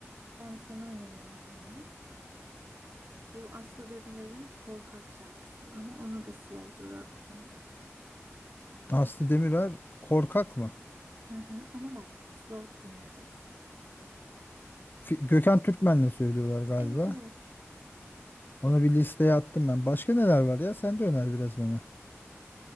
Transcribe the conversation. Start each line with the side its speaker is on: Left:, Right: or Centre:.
Right: Ben sana önereyim bir tane. Bu Aslı Demirer'in Korkak şarkısı ama onu da slow twerk dinle.
Left: Aslı Demirer Korkak mı?
Right: Hı hı. Ama bak slow dinleyeceksin.
Left: Fi- Gökhan Türkmen'le söylüyorlar galiba.
Right: Evet evet.
Left: Ona bir listeye attım ben. Başka neler var ya? Sen de öner biraz bana.